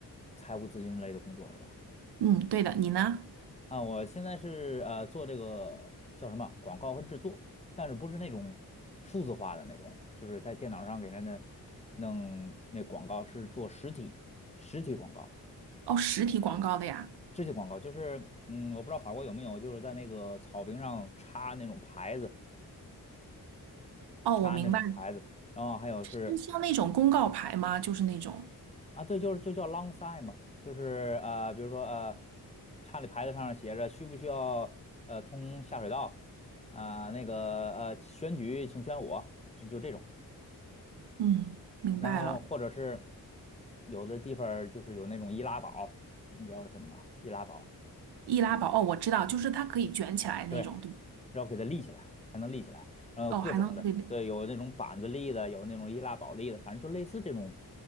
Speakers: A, on the left (about 15°); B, on the right (about 75°).
A: 财务咨询类的工作是吧？
B: 嗯，对的，你呢？
A: 啊，我现在是呃做这个叫什么广告和制作，但是不是那种数字化的那种，就是在电脑上给人家弄那广告，是做实体实体广告，
B: 哦，实体广告的呀。
A: 实体广告就是嗯，我不知道法国有没有，就是在那个草坪上插那种牌子。
B: 哦，
A: 插那种牌子，
B: 我明白了
A: 然后还有是
B: 就像那种公告牌吗？就是那种，
A: 啊，对，就是就叫 long sign 嘛，就是呃，比如说呃，插的牌子上写着需不需要呃通下水道啊、那个呃选举请选我，就就这种，
B: 嗯，明白了。
A: 然后或者是有的地方儿就是有那种易拉宝，你知道是什么吧？易拉宝。
B: 易拉宝，哦，我知道，就是它可以卷起来那种，
A: 对，
B: 对。
A: 然后给它立起来，还能立起来，然后有各种的，
B: 哦，还能，对对，
A: 对，有那种板子立的，有那种易拉宝立的，反正就类似这种，